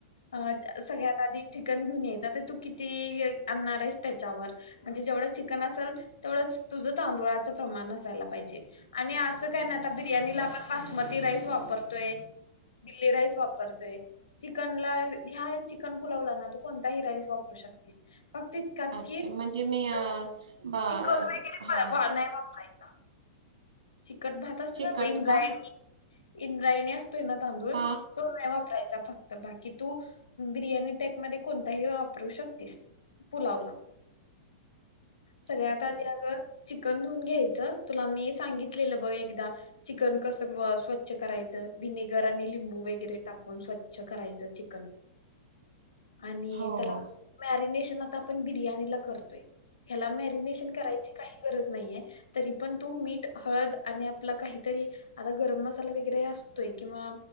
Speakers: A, on the left (about 70°); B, on the right (about 70°).
A: अ सगळ्यात आधी चिकन घेऊन यायचं आता तू किती आणणार आहेस त्याच्यावर म्हणजे जेवढे चिकन असेल तेवढेच तुझं तांदुळाचे प्रमाण असायला पाहिजे आणि अस तब बिर्याणीला आपण बासमती राईस वापर दिल्ली राईस वापर पर ते चिकनला ह्या चिकन पुलावला ना तू कोणताही राईस वापरू शकतीस फक्त तितकाच
B: अच्छा
A: कि
B: म्हणजे मी अ
A: तो
B: ब
A: चिकट वगैरे
B: हा
A: नाही वापरायचा. चिकट भात असतो
B: चिकट
A: बाबा इंद्रायणी
B: का?
A: इंद्रायणी आस तोय ना तांदूळ
B: हा
A: तो नाही वापरायचा फक्त तर बाकी तू बिर्याणी टाईप मधे कोणताही वापरू शकतीस पुलावला सगळ्यात
B: अच्छा
A: आधी अगं चिकन धुन घ्यायचं तुला मी सांगित लेलं बघ एकदा चिकन कस स्वच्छ करायचं विनेगर आणि लिंबू वगैरे टाकून स्वच्छ करायचं चिकन आणि
B: हो
A: त्याला
B: हो.
A: मॅरीनेश ते म आता आपण बिर्याणीला करतोय? ह्याला मॅरिनेशन करायची काही गरज नाहीये. तरी पण तू मीठ. हळद आणि आपला काहीतरी आता गरम मसाला वगैरे असतोय किंवा